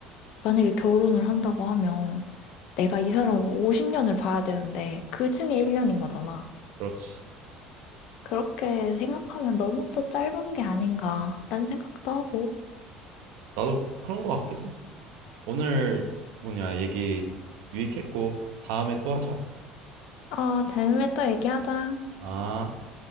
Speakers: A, on the left; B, on the right.
A: 만약에 결혼을 한다고 하면 내가 이 사람을 50년을 봐야 되는데 그 중에 1년인 거잖아.
B: 그렇지.
A: 그렇게 생각하면 너무 또 짧은 게 아닌가라는 생각도 하고.
B: 나도 그런 것 같기도 해. 오늘 뭐냐 얘기 유익했고 다음에 또 하자.
A: 어, 다음에 또 얘기하자.
B: 아.